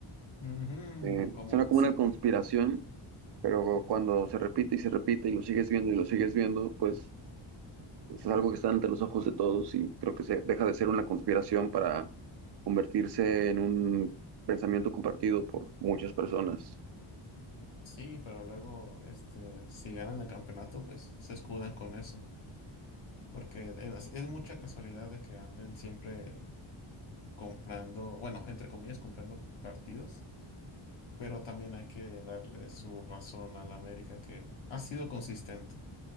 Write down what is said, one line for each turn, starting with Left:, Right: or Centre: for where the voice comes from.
Left: Ujú,
Right: Eh,
Left: como
Right: suena como
Left: sí,
Right: una conspiración, pero cuando se repite y se repite y lo sigues viendo y lo sigues viendo, pues Es algo que está ante los ojos de todos y creo que se deja de ser una conspiración para convertirse en un pensamiento compartido por muchas personas.
Left: sí, pero luego, este, si ganan el campeonato, pues se escudan con eso. Porque en- es, es mucha casualidad de que anden siempre comprando, bueno, entre comillas, comprando partidos pero también hay que darle su razón al América que ha sido consistente.